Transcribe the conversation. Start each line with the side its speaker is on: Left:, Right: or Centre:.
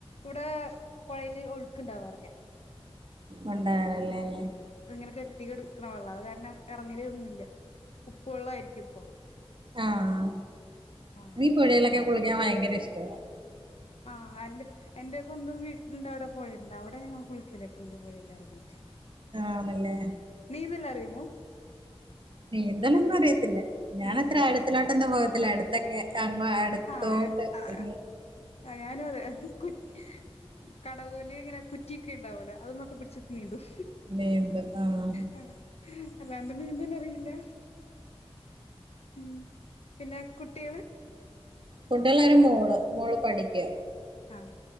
Left: ഇവ്ടെ പൊഴെൽ ഒഴുക്ക്ണ്ടാവാറില്ല
Right: ഉണ്ടാവാറില്ലല്ലേ
Left: ഇങ്ങനെ കെട്ടി കെടുക്ക്ണ വെള്ള അത് കാരണം ഇറങ്ങല്ന്നില്ല ഉപ്പു വെള്ളായിരിക്കുപ്പൊ
Right: ആഹ്
Left: ആ
Right: നീ പുഴെലൊക്കെ കുളിക്കാൻ ഭയങ്കര ഇഷ്ടവാ
Left: ആഹ് എന്റെ എന്റെ സ്വന്തം വീട്ടിണ്ടവടെ പൊഴെണ്ട് അവിടെ ഞങ്ങൾ കുളിക്കലൊക്കെണ്ട് പൊഴെലെറങ്ങീട്ട്
Right: ആണല്ലേ
Left: നീന്തലറിയുമോ?
Right: നീന്തലൊന്നും അറിയത്തില്ല ഞാനത്ര
Left: ഇല്ലല്ലേ
Right: ആഴത്തിലോട്ടൊന്നും പോകത്തില്ല അടുത്തൊക്കെ അങ്ങ അടുത്തോട്ട്ന്ന്
Left: ആ ആ ആ ഞാനും അതെ ഹ് ഹ് കടവൂല് ഇങ്ങനെ കുറ്റിക്ക്‌ണ്ടാവലോ അത് മ ക്കെ പിടിച്ചിട്ട് നീന്തും
Right: നീന്തും ആഹ്
Left: ഹ് ഹ് അല്ലാണ്ട നീന്തലറിയില്ല ഉം പിന്നെ കുട്ടികള്
Right: കുട്ടികള് ഒരു മോള് മോള് പഠിക്ക്യ
Left: ആഹ്